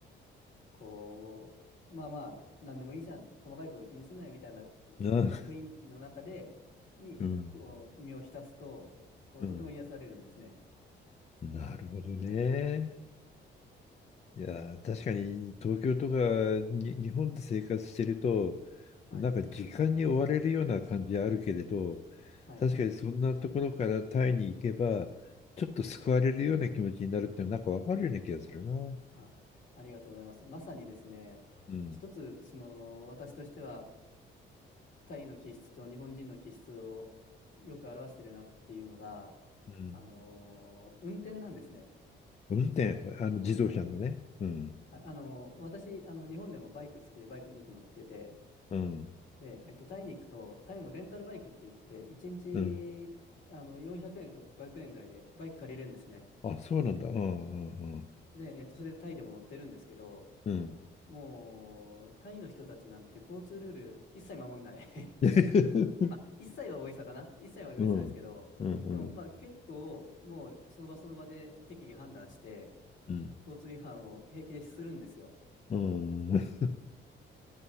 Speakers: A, on the left (about 70°); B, on the left (about 35°).
A: こう、まあまあ、なんでもいいじゃん、細かいこと気にすんなよみたいなふ雰囲気の中で、
B: な、
A: に、
B: うん、
A: こう、身を浸すと、こう、
B: うん。
A: とても癒されるんですね。
B: なるほどね。いやー、確かに東京とかに日本で生活してると、
A: はい。
B: なんか時間に追われるような感じはあるけれど、
A: はい。
B: 確かにそんなところからタイに行けば、ちょっと救われるような気持ちになるっていうのはなんかわかるような気がするな。
A: あ、ありがとうございます。まさにですね、
B: うん。
A: 一つ、その、私としては、タイの気質と日本人の気質をよく表してるなっていうのが、
B: うん。
A: あのー運転なんですね。
B: 運転、あの自動車のね。
A: はい。
B: うん。
A: はい、あのー私、あの、日本でもバイク好きで、バイクよく乗ってて、
B: うん。
A: で、えっと、タイに行くと、タイもレンタルバイクって言って、1日あの400円か500円ぐらいでバイク借りれるんですね。
B: うん。あ、そうなんだ。うんうん
A: で、えっと、それでタイでも乗ってるんですけど、
B: うん。うん。
A: もう、タイの人たちなんて交通ルール一切守んない <laughs>
B: <laughs>
A: まあ、一切は大げさかな。一切は大げさですけど、
B: うんうんうん
A: でもまあ結構、もうその場その場で適宜判断して、
B: うん
A: 交通違反を平気でするんですよ。
B: うんうん